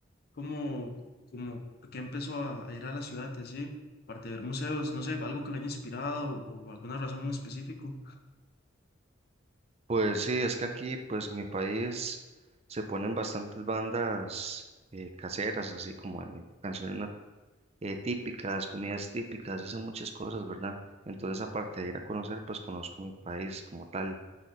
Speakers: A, on the left; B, on the right.
A: como, como por qué empezó a, a ir a la ciudad y así, aparte de ver museos, no sé, algo que le haya inspirado o alguna razón en específico.
B: Pues sí, es que aquí, pues en mi país se ponen bastantes bandas eh, caseras, así como eh, canciones na- eh, típicas, comidas típicas, hacen muchas cosas, ¿verdad? Entonces, aparte de ir a conocer, pues conozco mi país como tal.